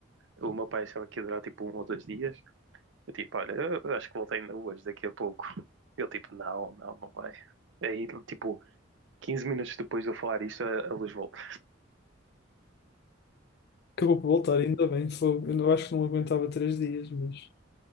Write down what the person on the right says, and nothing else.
O meu pai achava que ia durar, tipo, um ou dois dias. Eu, tipo, olha, eu acho que voltei ainda hoje, daqui a pouco. Eu, tipo, não, não, não vai. Aí, tipo, 15 minutos depois de eu falar isto, a, a luz volta.